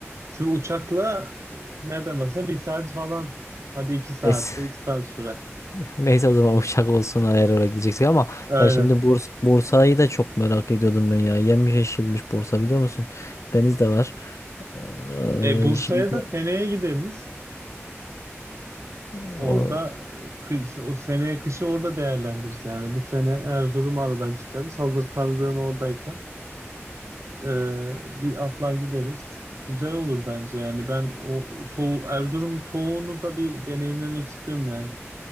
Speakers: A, on the right (about 80°); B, on the left (about 85°).
A: Şimdi uçakla e, nereden baksan bir saat falan. Hadi iki saatte
B: Neyse.
A: iki saat sürer.
B: <laughs> Neyse o zaman uçak olsun eğer oraya gideceksek ama
A: Aynen.
B: ya şimdi Bursa, Bursa'yı da çok merak ediyordum ben ya. Yenmiş yeşilmiş Bursa biliyor musun? Deniz de var. Ee,
A: E, Bursa'ya
B: şimdi
A: da seneye gideriz.
B: o
A: Orada e, kış, o seneye kışı orada değerlendiririz. Yani bu sene Erzurum'u aradan çıkarız. Hazır tanıdığın oradayken e, bir atlar gideriz. Güzel olur bence yani. Ben o soğu Erzurum'un soğuğunu da bir deneyimlemek istiyorum yani.